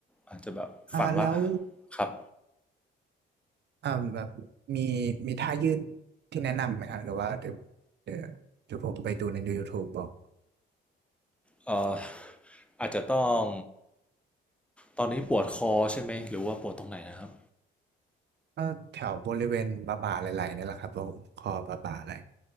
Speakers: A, in the centre; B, on the right.
A: อาจจะแบบฝั่งละ
B: อ่าแล้ว
A: ครับ
B: อ่าแบบมีมีท่ายืดที่แนะนำไหมฮะหรือว่าเดี๋ยวเดี๋ยวเดี๋ยวผมไปดูใน YouTube บอก
A: เอ่ออาจจะต้องตอนนี้ปวดคอใช่ไหมหรือว่าปวดตรงไหนนะครับ
B: ก็แถวบริเวณบ่าบ่าไหล่ๆนี่แหละครับผมคอบ่าบ่าไหล่